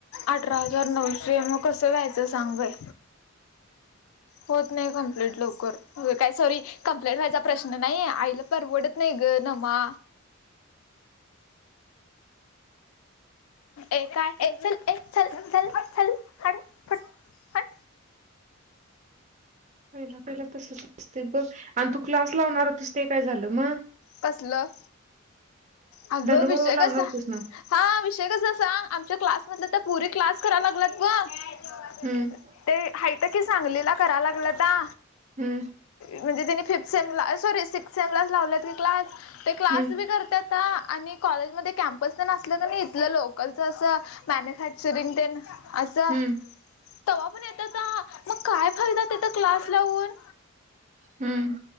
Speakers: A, on the left (about 80°); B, on the right (about 35°).
A: अठरा हजार नऊशे मग कसं वयचं सांगय‌. होत नाही कम्प्लीट लवकर‌. हो काय सॉरी कंप्लेंट व्हायचा प्रश्न नाही आईला परवडत नाही ग नमा. ए काय एक चल एक चल चल चल आत चल. हड फट हट
B: पहिला पहिला तसच दिसतय बघ आणि तू क्लास लावणार होतीस ते काय झालं? मग
A: कसलं अगं
B: धनुबरोबर
A: विषय
B: लावणार
A: कसा
B: होतीस ना.
A: हा विषय कसा जसा आमच्या क्लासमधल्या त्या पोरी क्लास करायला लागल्यात बघ.
B: हम्म.
A: ते हायतं की सांगलीला करा लागलंता.
B: हम्म.
A: म्हणजे तिने फिफ्थ सेमला सॉरी सिक्स्थ सेमलाच लावलेत क्लास ते क्लास
B: हम्म
A: बी करतात. ता आणि कॉलेजमध्येध्ये कॅम्पस तर नसलं तर इथलं लोकलच असं. मॅन्युफॅक्चरिंग तेन आसं.
B: हम्म
A: तवा पण येताचा मग काय फायदा त्याचा क्लास लावून?
B: हम्म.